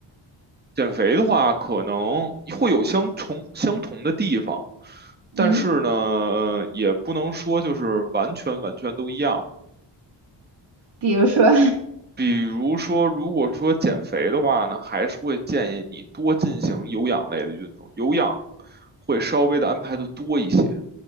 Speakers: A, on the right; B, on the right.
A: 减肥的话，可能会有相同相同的地方，
B: 嗯，
A: 但是呢，呃也不能说就是完全完全都一样。
B: 比如说，
A: 比如说，如果说减肥的话呢，还是会建议你多进行有氧类的运动，有氧会稍微的安排的多一些。